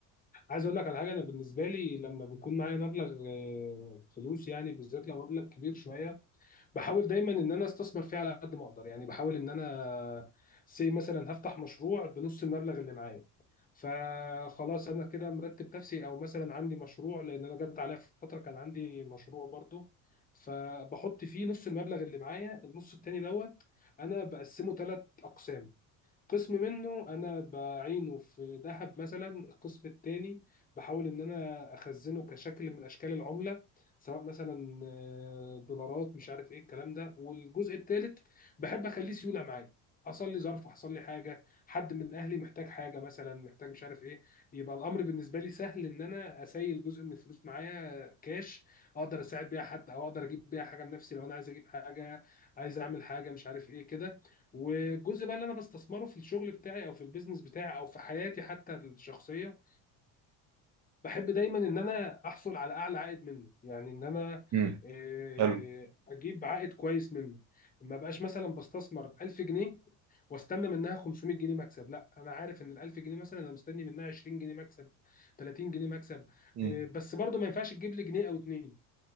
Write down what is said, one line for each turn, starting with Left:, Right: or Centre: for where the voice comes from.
Left: عايز اقول لك على حاجه انا بالنسبه لي لما بيكون معايا مبلغ آه، فلوس يعني بالذات لو مبلغ كبير شويه بحاول دايما ان انا استثمر فيه على قد ما اقدر يعني بحاول ان انا سي مثلا هفتح مشروع بنص المبلغ اللي معايا فخلاص انا كده مرتب نفسي او مثلا عندي مشروع لان انا جت عليا فتره كان عندي مشروع برضو فبحط فيه نص المبلغ اللي معايا النص التاني دوت انا بقسمه ثلاث اقسام قسم منه انا بعينه في ذهب مثلا القسم التاني بحاول ان انا اخزنه كشكل من اشكال العمله سواء مثلا آه، دولارات مش عارف ايه الكلام ده والجزء التالت بحب اخليه سيوله معايا حصل لي ظرف حصل لي حاجه حد من اهلي محتاج حاجه مثلا محتاج مش عارف ايه يبقى الامر بالنسبه لي سهل ان انا اسيل جزء من الفلوس معايا كاش اقدر اساعد بيها حد او اقدر اجيب بيها حاجه لنفسي لو انا عايز اجيب حاجه عايز اعمل حاجه مش عارف ايه كده والجزء بقى اللي انا بستثمره في الشغل بتاعي او في البيزنس بتاعي او في حياتي حتى الشخصيه بحب دايما ان انا احصل على اعلى عائد منه يعني ان انا
Right: مم.
Left: آه،
Right: حلو
Left: اجيب عائد كويس منه ما بقاش مثلا بستثمر 1000 جنيه واستنى منها 500 جنيه مكسب لا انا عارف ان ال 1000 جنيه مثلا انا مستني منها 20 جنيه مكسب 30 جنيه مكسب
Right: مم.
Left: آه، بس برضه ما ينفعش تجيب لي جنيه او اتنين